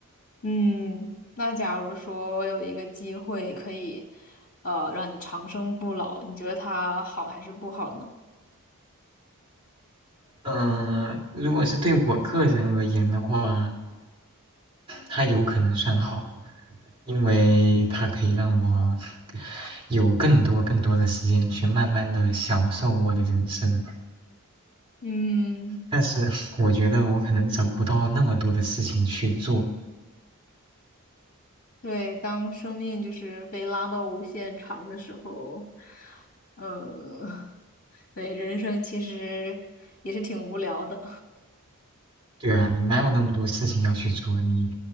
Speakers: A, on the left; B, on the right.
A: 嗯，那假如说有一个机会可以呃让你长生不老，你觉得它好还是不好呢？
B: 嗯，如果是对我个人而言的话，它有可能算好，因为它可以让我有更多更多的时间去慢慢的享受我的人生。
A: 嗯。
B: 但是我觉得我可能找不到那么多的事情去做，
A: 对，当生命就是被拉到无限长的时候，呃，对，人生其实也是挺无聊的，
B: 对啊，你哪有那么多事情要去做？你，